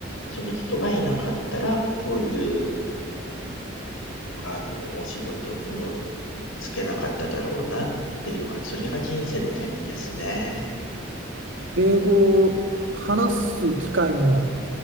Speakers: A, on the left (about 90°); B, on the right (about 70°).
A: その人がいなかったら、こういう、あの、お仕事にもつけなかっただろうなっていうのが、それが人生の転機ですね。
B: 英語を話す機会も